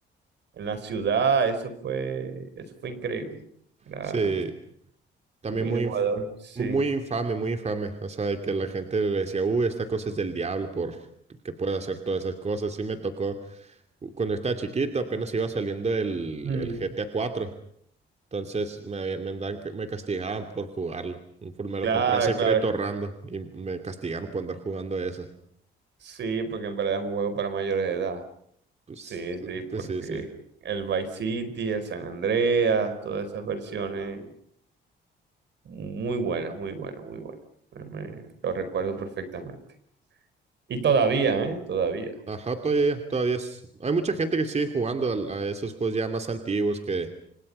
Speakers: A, on the right; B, on the right.
A: en la ciudad. Eso fue, eso fue increíble. Era
B: Sí, también
A: muy
B: muy,
A: innovador,
B: inf-
A: sí.
B: mu- muy infame, muy infame. O sea, de que la gente le decía, uy, esta cosa es del diablo por que puede hacer todas esas cosas. Sí me tocó. Cuando estaba chiquito, apenas iba saliendo el,
A: Mm,
B: el GTA 4. Entonces me, había- me, andaban me castigaban por jugarlo. Por- Me lo
A: Claro,
B: compré a secreto
A: claro.
B: ahorrando y me castigaron por andar jugando eso.
A: Sí, porque en verdad es un juego para mayores de edad.
B: Pues,
A: Sí, sí, porque
B: pues sí, sí.
A: el Vice City, el San Andreas, todas esas versiones Muy buena, muy buena, muy buena. Me- me- lo recuerdo perfectamente. Y todavía, ¿eh? Todavía.
B: Ajá, todavía, todavía es. Hay mucha gente que sigue jugando al- a, esos juegos ya más antiguos que,